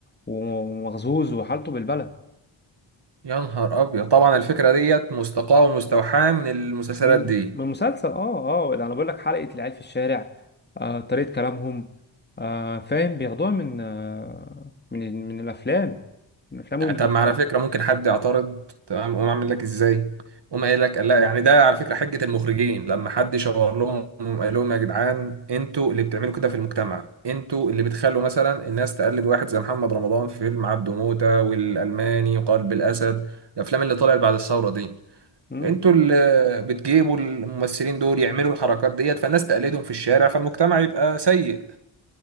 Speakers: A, on the left; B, on the right.
A: ومغزوز وحالته بالبلد
B: يا نهار ابيض طبعا الفكرة ديت مستقاة ومستوحاة من المسلسلات
A: من
B: دي
A: من مسلسل اه اه اللي انا بقول لك حلقة العيال في الشارع آه طريقة كلامهم آه فاهم بياخدوها من آه من من الافلام من الافلام
B: يعني
A: والمسلسلات
B: طب ما على فكرة ممكن حد يعترض تمام قوم عامل لك ازاي قوم قايل لك لا يعني ده على فكرة حجة المخرجين لما حد شاور لهم قوم قال لهم يا جدعان انتوا اللي بتعملوا كده في المجتمع انتوا اللي بتخلوا مثلا الناس تقلد واحد زي محمد رمضان في فيلم عبده موتة والألماني وقلب الأسد الأفلام اللي طلعت بعد الثورة دي
A: امم
B: انتوا اللي بتجيبوا الممثلين دول يعملوا الحركات ديت فالناس تقلدهم في الشارع فالمجتمع يبقى سيء